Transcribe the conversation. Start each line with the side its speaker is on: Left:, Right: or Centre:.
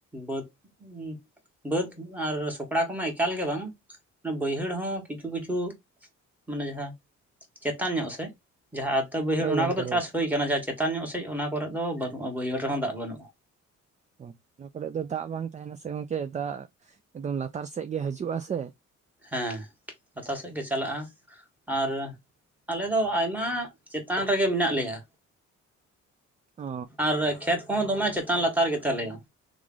Centre: ᱵᱟᱹᱫᱽ ᱩᱸ ᱵᱟᱹᱫ ᱟᱨ ᱥᱚᱠᱲᱟ ᱠᱚᱢᱟ ᱮᱠᱟᱞ ᱜᱮ ᱵᱟᱝ। ᱚᱱᱟ ᱵᱟᱹᱭᱦᱟᱹᱲ ᱦᱚᱸ ᱠᱤᱪᱷᱩ ᱠᱤᱪᱷᱩ ᱢᱟᱱᱮ ᱡᱟᱦᱟᱸ ᱪᱮᱛᱟᱱ ᱧᱚᱜ ᱥᱮᱫ ᱡᱟᱦᱟᱸ ᱟᱣᱛᱟ ᱵᱟᱹᱭᱦᱟᱹᱲ
Right: ᱦᱳᱭ
Centre: ᱚᱱᱟ
Right: ᱜᱚᱝᱠᱮ
Centre: ᱠᱚᱫᱚ
Right: ᱦᱳᱭ
Centre: ᱪᱟᱥ ᱦᱩᱭ ᱠᱟᱱᱟ ᱡᱟᱦᱟᱸ ᱪᱮᱛᱟᱱ ᱧᱚᱜ ᱥᱮᱡ ᱚᱱᱟ ᱠᱚᱨᱮᱫ ᱫᱚ ᱵᱟᱹᱱᱩᱜ-ᱟ ᱵᱟᱹᱭᱦᱟᱹᱲ ᱨᱮᱦᱚᱸ ᱫᱟᱜ ᱵᱟᱹᱱᱩᱜᱼᱟ।
Right: ᱚ ᱚᱱᱟ ᱠᱚᱨᱮ ᱫᱚ ᱫᱟᱜ ᱵᱟᱝ ᱛᱟᱦᱮᱱᱟ ᱥᱮ ᱜᱚᱝᱠᱮ ᱫᱟᱜ ᱮᱠᱫᱚᱢ ᱞᱟᱛᱟᱨ ᱥᱮᱡ ᱜᱮ ᱦᱤᱡᱩᱜᱼᱟ ᱥᱮ᱾
Centre: ᱦᱮᱸ ᱞᱟᱛᱟᱨ ᱥᱮᱡ ᱜᱮ ᱪᱟᱞᱟᱜ-ᱟ। ᱟᱨ ᱟᱞᱮ ᱫᱚ ᱟᱭᱢᱟ ᱪᱮᱛᱟᱱ ᱨᱮᱜᱮ ᱢᱮᱱᱟᱜ ᱞᱮᱭᱟ।
Right: ᱚ
Centre: ᱟᱨ ᱠᱷᱮᱛ ᱠᱚᱦᱚᱸ ᱫᱚᱢᱮ ᱪᱮᱛᱟᱱ ᱞᱟᱛᱟᱨ ᱜᱮᱛᱟ ᱞᱮᱭᱟ।